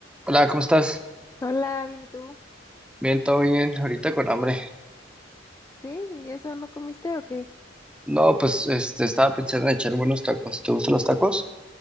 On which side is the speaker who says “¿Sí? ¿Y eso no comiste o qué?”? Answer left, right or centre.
Left